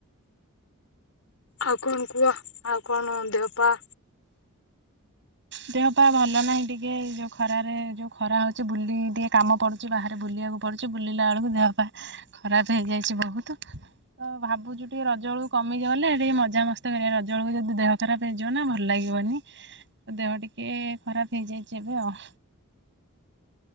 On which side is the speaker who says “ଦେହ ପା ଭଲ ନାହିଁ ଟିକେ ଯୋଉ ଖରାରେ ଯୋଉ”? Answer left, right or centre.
Right